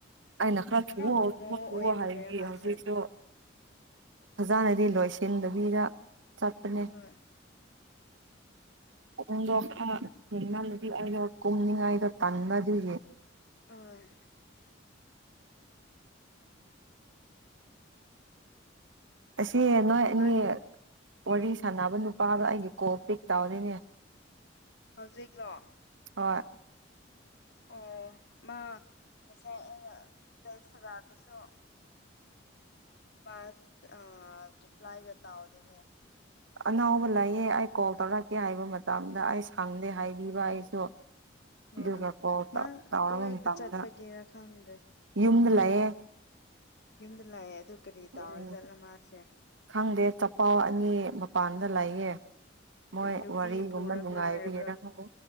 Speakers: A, on the right (about 75°); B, on the left (about 55°).
A: ꯑꯩꯅ ꯈꯔ ꯊꯨꯑꯣ
B: ꯍꯣꯃꯣ
A: ꯊꯨꯑꯣ ꯊꯨꯑꯣ
B: ꯑꯣꯏꯕꯒꯤꯔ
A: ꯍꯥꯏꯕꯒꯤ
B: ꯃꯥꯁꯦ
A: ꯍꯧꯖꯤꯛꯁꯨ ꯐꯖꯅꯗꯤ ꯂꯣꯏꯁꯤꯟꯗꯕꯤꯗ ꯆꯠꯄꯅꯤ
B: ꯍꯣꯏ
A: ꯈꯣꯡꯗꯣ <unintelligible> ꯑꯩꯩꯗꯣ ꯀꯨꯝꯅꯤꯉꯥꯏꯗꯣ ꯇꯟꯕ ꯑꯗꯨꯒꯤ
B: ꯑꯣꯏ
A: ꯑꯁꯤ ꯅꯣꯏ ꯑꯅꯤ
B: ꯃꯥ
A: ꯋꯥꯔꯤ ꯁꯥꯥꯟꯅꯕ ꯅꯨꯄꯥꯗꯣ ꯑꯩꯗꯤ ꯀꯣꯜ ꯄꯤꯛ ꯇꯧꯗꯦꯅꯦ
B: ꯍꯧꯖꯤꯛꯂꯣ
A: ꯍꯣꯏ
B: ꯑꯣ ꯃꯥ ꯉꯁꯥꯏ ꯑꯩꯅ ꯗꯥꯏꯐꯔꯥꯗꯁꯨ ꯄꯥꯛ ꯑ ꯔꯤꯄ꯭ꯂꯥꯏꯒ ꯇꯧꯗꯦꯅꯦ
A: ꯑꯅꯧꯕ ꯂꯩꯌꯦ ꯑꯩ ꯀꯣꯜ ꯇꯧꯔꯛꯀꯦ ꯍꯥꯏꯕ ꯃꯇꯝꯗ ꯑꯩ ꯁꯪꯗꯦ ꯍꯥꯏꯕꯤꯕ ꯑꯩꯁꯨ ꯑꯗꯨꯒ
B: ꯍꯣꯏ
A: ꯀꯣꯜ
B: ꯃꯥ
A: ꯇꯧꯔꯕ
B: ꯀꯣꯏꯕ
A: ꯃꯇꯝꯗ
B: ꯆꯠꯄꯒꯦꯔ ꯈꯪꯗ꯭ꯔꯦ
A: ꯌꯨꯝꯗ ꯂꯩꯌꯦ
B: ꯌꯨꯝꯗ ꯂꯩꯌꯦ ꯑꯗꯨ ꯀꯔꯤ ꯇꯧꯔꯖꯥꯠꯂ
A: ꯎꯝ
B: ꯃꯥꯁꯦ
A: ꯈꯪꯗꯦ ꯆꯄꯜ ꯑꯅꯤ ꯃꯄꯥꯟꯗ ꯂꯩꯌꯦ ꯃꯣꯏ
B: ꯅꯨꯄꯤ
A: ꯋꯥꯔꯤꯒꯨꯝꯕ
B: ꯄꯨꯔꯛꯄ꯭ꯔꯥ
A: ꯅꯨꯡꯉꯥꯏꯕꯒꯤꯔ
B: ꯂꯩꯕ꯭ꯔꯥ
A: ꯈꯪꯗꯦ